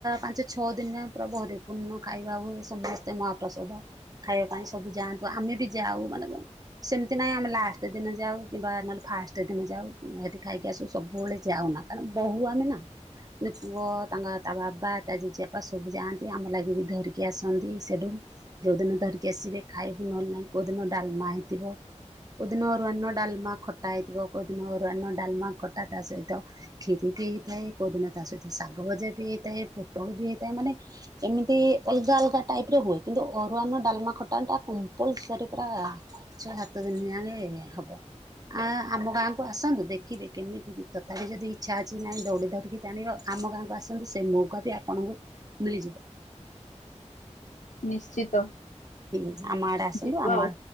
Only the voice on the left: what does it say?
ନିଶ୍ଚିତ।
ଯିବୁ
ଆଉ।